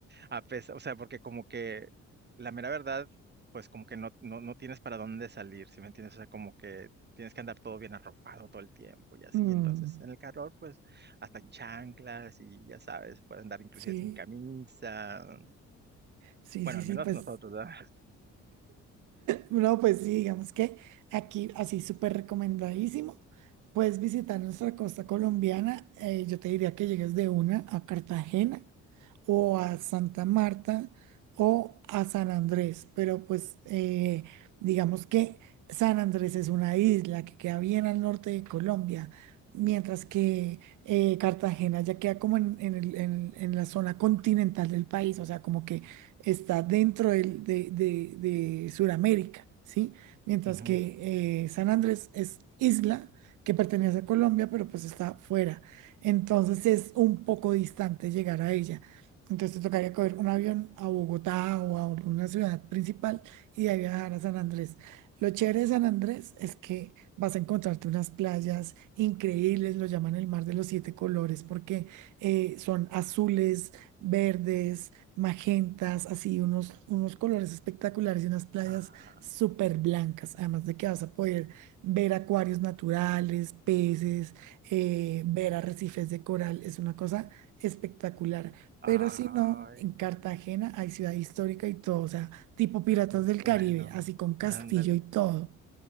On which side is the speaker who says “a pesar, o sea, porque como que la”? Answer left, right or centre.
Right